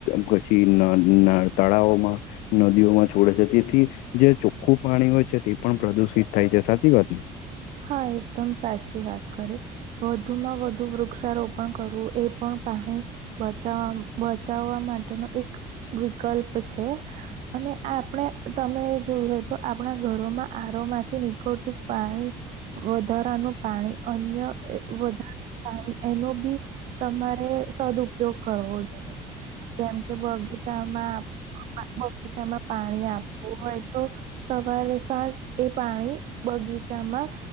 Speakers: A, on the left; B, on the right.
A: પછી ન તળાવમાં નદીઓમાં છોડે છે તેથી જે ચોખ્ખું પાણી હોય છે તે પણ પ્રદુષિત થાય છે સાચી વાત ને
B: હા એકદમ સાચી વાત કરી વધુમાં વધુ વૃક્ષારોપણ કરવું એ પણ પાણી બચાવ બચાવવા માટેનો એક વિકલ્પ છે. અને આપણે તમે જોયું હોય તો આપણા ઘરોમાં આરો માંથી નીકળતું પાણી વધારાનું પાણી અન્ય અ વધારે પાણી એનો બી તમારે સદઉપયોગ કરવો જોઈએ. તેમ કે બગીચામાં બગીચામાં પાણી આપવું હોય તો સવારે સાંજ એ પાણી બગીચામાં